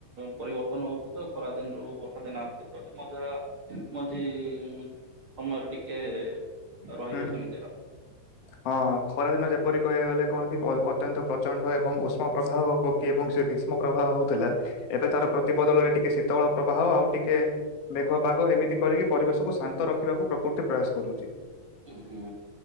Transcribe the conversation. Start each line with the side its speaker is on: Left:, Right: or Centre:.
Right: ପରିବର୍ତ୍ତନ ହଉଛି ତ ଖରା ଦିନରୁ ବର୍ଷା ଦିନ ଆସୁଛି ତ ମଜା ମଝି ସମୟରେ ଟିକେ ରହିବ
Left: ହୁଁ
Right: ସେମିତି ଆ <inaudible>
Left: ହଁ ଖରା ଦିନ ଯେପରି କହିବାକୁ ଗଲେ କଣ କି ଅତ୍ୟନ୍ତ ପ୍ରଚଣ୍ଡ ଏବଂ ଉଷ୍ମ ପ୍ରବାହ ଏବଂ ସେ ଗ୍ରୀଷ୍ମ ପ୍ରବାହ ହଉଥିଲା ଏବେ ତାର ପ୍ରତିବଦଳରେ ଟିକେ ଶୀତଳ ପ୍ରବାହ ଆଉ ଟିକେ ମେଘୁଆ ପାଗ ଏମିତି କରିକି ପରିବେଶକୁ ଶାନ୍ତ ରଖିବାକୁ ପ୍ରକୃତି ପ୍ରୟାସ କରୁଛି।
Right: ହୁଁ